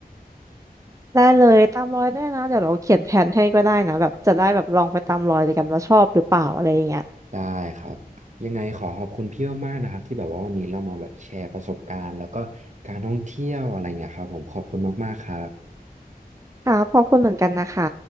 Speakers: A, on the right; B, on the right.
A: ได้เลยตามรอยได้นะเดี๋ยวเราเขียนแผนให้ก็ได้นะแบบจะได้แบบลองไปตามรอยด้วยกันว่าชอบหรือเปล่าอะไรอย่างเงี้ย
B: ได้ครับยังไงขอขอบคุณพี่มากๆนะครับที่แบบว่าวันนี้เรามาแบบแชร์ประสบการณ์แล้วก็การท่องเที่ยวอะไรอย่างเงี้ยครับผมขอบคุณมากๆครับ
A: ค่ะขอบคุณเหมือนกันนะคะ